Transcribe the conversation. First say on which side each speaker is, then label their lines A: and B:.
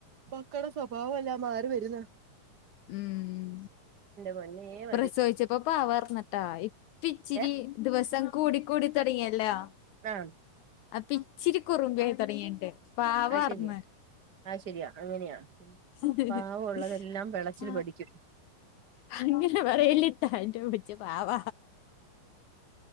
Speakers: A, on the right; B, on the left.
A: മക്കടെ സ്വഭാവമെല്ലാം മാറി വരുന്നു
B: ഉം
A: പൊന്നേ മതി
B: പ്രസവിച്ച പ്പൊ പാവർന്നിട്ടാ ഇപ്പം ഇച്ചിരി
A: ഏ
B: ദിവസം കൂടി കൂടി തുടങ്ങിയല്ലോ
A: ആഹ്
B: അപ്പ ഇച്ചിരി കുറുമ്പായി തുടങ്ങിട്ടുണ്ട് പാവർന്ന്
A: അത് ശരിയാ അത് ശരിയാ അങ്ങനെയാ
B: ഹ്ഹ്ഹ്ഹ്ഹ്ഹ്ആഹ്
A: പാവം ഉള്ളതെല്ലാം വെളച്ചിൽ പഠിക്കും
B: അങ്ങനെ പറയല്ലേ ഇത്താൻ്റെ കൊച്ച് പാവ